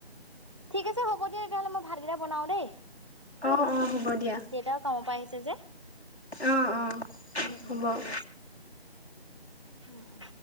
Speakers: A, on the right; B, on the left.
A: ঠিক আছে হ'ব দিয়া তেতিয়াহ'লে মই ভাতকেইটা বনাওঁ দে।
B: অ অ হ'ব দিয়া।
A: ই দেউতাও কাম পৰা আহিছে যে,
B: অ অ
A: উম
B: হ'ব।
A: উম ঠিক আছে। হ উম উম।